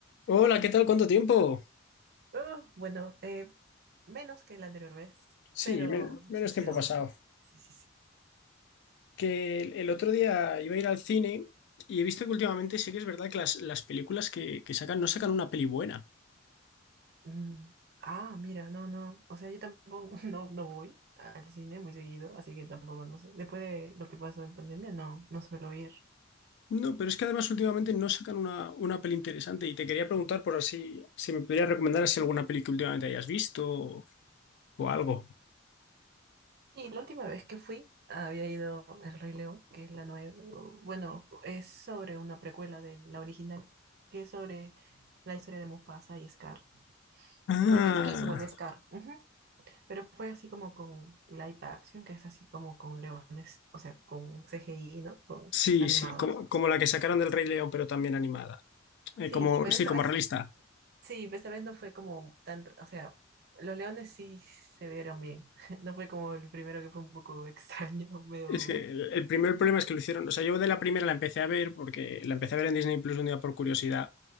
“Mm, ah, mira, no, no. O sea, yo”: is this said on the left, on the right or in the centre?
Right